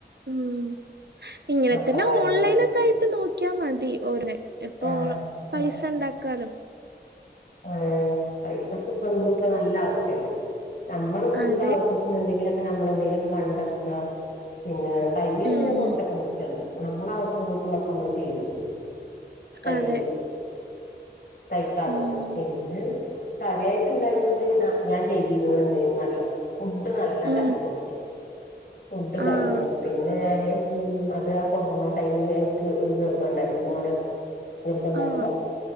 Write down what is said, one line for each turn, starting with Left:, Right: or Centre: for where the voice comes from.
Right: ഉം ഇങ്ങനെ
Left: മക്കളെ
Right: തന്നെ
Left: കാര്യങ്ങളൊന്നും
Right: ഓൺലൈൻ ഒക്കെ ആയിട്ട് നോ ക്കിയ മതി ഓനെ ഇപ്പൊ
Left: ആഹ്
Right: പൈസ
Left: ആഹ്
Right: ഉണ്ടാക്കാലോ
Left: ആഹ് പൈസക്ക് ഇപ്പ ഇന്ന് ഇപ്പ നല്ല ആവശ്യല്ല നമ്മളെ സ്വന്തം
Right: അതെ.
Left: ആവശ്യത്തിന് എന്തെങ്കിലും ക്കെ നമ്മൾ എന്തെങ്കിലുവൊക്കെ കണ്ടെത്തുക പിന്നെ തയ്യൽ
Right: ഉം.
Left: പിന്നെ കുറച്ചൊക്കെ മിച്ചണ്ട് നമ്മളെ ആവശ്യങ്ങക്കലോക്കെ നമ്മള് ചെയ്യു തയ്യല്
Right: അതെ.
Left: തൈക്കള്ളത്
Right: ഉം.
Left: പിന്നെ കാര്യായിട്ടുണ്ടായിന്നത് ഞാൻ ചെയ്തിന്നത് എന്തേയിന്നു അറിയോ ഫുഡ് നല്ല
Right: ഉം.
Left: ഉണ്ടാക്കി കൊടുത്തി ഫുഡ് ഉണ്ടാക്കി
Right: ആഹ്.
Left: കൊടുത്തു പിന്നെ ഞാൻ ഉം അത് ആഹ് കൊറോണ ടൈമില് എനിക്ക് ഒരു ഗർഭോണ്ടായി മോനെ ഗർഭോണ്ടയപ്പോ
Right: ആഹ്.